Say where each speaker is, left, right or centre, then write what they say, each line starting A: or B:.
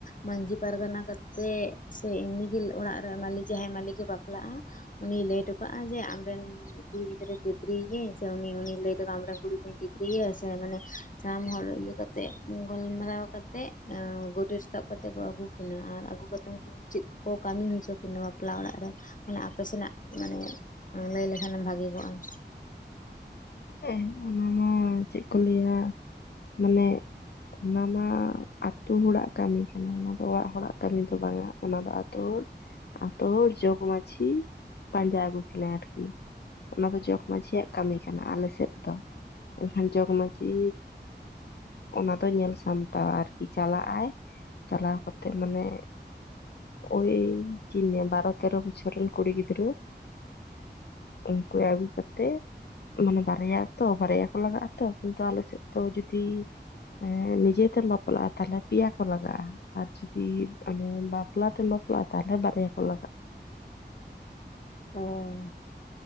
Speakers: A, on the left; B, on the left.
A: ᱢᱟᱺᱡᱷᱤ ᱯᱟᱨᱜᱟᱱᱟ ᱠᱟᱛᱮᱜ ᱥᱮ ᱮᱢᱱᱤ ᱜᱮ ᱚᱲᱟᱜ ᱨᱮ ᱢᱟᱹᱞᱤᱠ ᱡᱟᱦᱟᱸᱭ ᱢᱟᱹᱠᱤᱠ ᱮ ᱵᱟᱯᱞᱟᱜᱼᱟ ᱩᱱᱤ ᱞᱟᱹᱭ ᱦᱚᱴᱚ ᱠᱟᱜᱼᱟ ᱡᱮ ᱟᱢᱨᱮᱱ ᱠᱩᱲᱤ ᱜᱤᱫᱽᱨᱟᱹ ᱛᱤᱛᱨᱤ ᱤᱭᱟᱹᱧ ᱥᱮ ᱩᱱᱤ ᱩᱱᱤ ᱞᱟᱹᱭ <unintelligible> ᱟᱢᱨᱮᱱ ᱠᱩᱲᱤ ᱜᱤᱫᱽᱨᱟᱹ ᱛᱤᱛᱨᱤ ᱮᱭᱟ ᱥᱮ ᱢᱟᱱᱮ ᱥᱟᱢ ᱦᱚᱲ ᱤᱭᱟᱹ ᱠᱟᱛᱮᱜ ᱜᱟᱞᱢᱟᱨᱟᱣ ᱠᱟᱛᱮᱫ ᱟ ᱜᱚᱰᱮᱛ ᱥᱟᱵ ᱠᱟᱛᱮᱫ ᱠᱚ ᱟᱹᱜᱩ ᱠᱤᱱᱟ ᱟᱨ ᱟᱹᱜᱩ ᱠᱟᱛᱮ ᱩᱱᱠᱤᱱ ᱪᱮᱫ ᱠᱚᱠᱚ ᱠᱟᱹᱢᱤ ᱦᱚᱪᱚ ᱠᱤᱱᱟ ᱵᱟᱯᱞᱟ ᱚᱲᱟᱜ ᱨᱮ ᱢᱟᱱᱮ ᱟᱯᱮ ᱥᱮᱱᱟᱜ ᱢᱟᱱᱮ ᱞᱟᱹᱭ ᱞᱮᱠᱷᱟᱱᱮᱢ ᱵᱷᱟᱹᱜᱤ ᱠᱚᱜᱼᱟ ᱾
B: ᱦᱮᱸ ᱚᱱᱟ ᱢᱟ ᱪᱮᱫ ᱠᱚ ᱞᱟᱹᱭᱟ <inaudible> ᱢᱟᱱᱮ ᱚᱱᱟ ᱢᱟ ᱟᱛᱳ ᱦᱚᱲᱟᱜ ᱠᱟᱹᱢᱤ ᱠᱟᱱᱟ, ᱚᱱᱟ ᱫᱚ ᱚᱲᱟᱜ ᱦᱚᱲᱟᱜ ᱠᱟᱹᱢᱤ ᱫᱚ ᱵᱟᱝᱟ ᱾ ᱚᱱᱟ ᱫᱚ ᱟᱛᱳ ᱦᱚᱲ ᱟᱛᱳ ᱦᱚᱲ ᱡᱚᱜᱽ ᱢᱟᱺᱡᱷᱤ ᱯᱟᱸᱡᱟ ᱟᱹᱜᱩ ᱠᱤᱱᱟᱭ ᱟᱨᱠᱤ ᱾ ᱚᱱᱟ ᱫᱚ ᱡᱚᱜᱽ ᱢᱟᱺᱡᱷᱤᱭᱟᱜ ᱠᱟᱹᱢᱤ ᱠᱟᱱᱟ ᱟᱞᱮ ᱥᱮᱫ ᱫᱚ <inaudible> ᱮᱱᱠᱷᱟᱱ ᱡᱚᱜᱽ ᱢᱟᱺᱡᱷᱤ ᱚᱱᱟ ᱫᱚ ᱧᱮᱞ ᱥᱟᱢᱴᱟᱣᱟ ᱟᱨᱠᱤ ᱪᱟᱞᱟᱜ ᱟᱭ ᱪᱟᱞᱟᱣ ᱠᱟᱛᱮᱜ ᱢᱟᱱᱮ ᱳᱭ ᱪᱤᱫ ᱤᱧ ᱞᱟᱹᱭᱟ ᱵᱟᱨᱚ ᱛᱮᱨᱚ ᱵᱚᱪᱷᱚᱨ ᱨᱮᱱ ᱠᱩᱲᱤ ᱜᱤᱫᱽᱨᱟᱹ ᱩᱱᱠᱩᱭ ᱟᱹᱜᱩ ᱠᱟᱛᱮ <inaudible> ᱢᱟᱱᱮ ᱵᱟᱨᱭᱟ ᱛᱚ ᱵᱟᱨᱭᱟ ᱠᱚ ᱞᱟᱜᱟᱜᱼᱟ ᱛᱚ ᱠᱤᱱᱛᱩ ᱟᱞᱮ ᱥᱮᱫ ᱫᱚ ᱡᱩᱫᱤ ᱮᱸ ᱱᱤᱡᱮ ᱛᱮᱢ ᱵᱟᱯᱞᱟᱜᱼᱟ ᱛᱟᱦᱚᱞᱮ ᱯᱮᱭᱟ ᱠᱚ ᱞᱟᱜᱟᱜᱼᱟ ᱾ ᱟᱨ ᱡᱚᱫᱤ ᱢᱟᱱᱮ ᱵᱟᱯᱞᱟ ᱛᱮᱢ ᱵᱟᱯᱞᱟᱜᱼᱟ ᱛᱟᱦᱚᱞᱮ ᱵᱟᱨᱭᱟ ᱠᱚ ᱞᱟᱜᱟᱜᱼᱟ ᱾
A: ᱚᱸᱻ